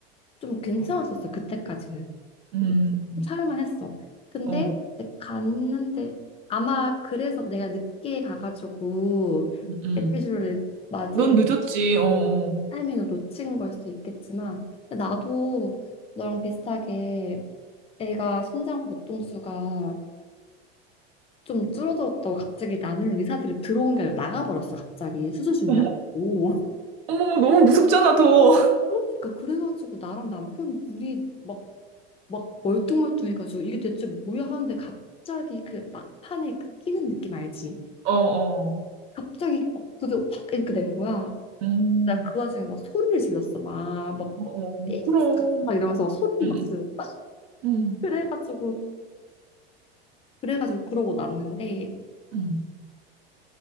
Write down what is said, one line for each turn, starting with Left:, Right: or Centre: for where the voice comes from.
Left: 좀 괜찮았었어 그때까지는
Right: 음.
Left: 그리고 참을만 했어 근데
Right: 어.
Left: 이제 갔는데 아마 그래서 내가 늦게 가가지고
Right: 음.
Left: 에피주를 맞을
Right: 넌 늦었지. 어. 어.
Left: 타이밍을 놓친 걸 수도 있겠지만 근데 나도 너랑 비슷하게 애가 심장 보통수가 좀 줄어들었다고 갑자기 나는 의사들이 들어온 게 아니라 나가버렸어 갑자기 수술 준비한다고
Right: 어머, 어머머, 너무 무섭잖아, 더. <laughs>
Left: <laughs> 그러니까 그래가지고 나랑 남편 둘이 막 막 멀뚱멀뚱해가지고 이게 대체 뭐야 하는데 갑자기 그 막판에 그 끼는 느낌 알지?
Right: 어, 어.
Left: 갑자기 어, 그게 확 이렇게 된 거야.
Right: 음.
Left: 나 그 와중에 막 소리를 질렀어. 막, 막,
Right: 어, 어,
Left: <laughs>
Right: 그럼.
Left: 막 이러면서 막 소리를
Right: 응,
Left: 막 질렀다.
Right: 응,
Left: 그래가지고, 그래가지고 그러고 났는데,
Right: 응,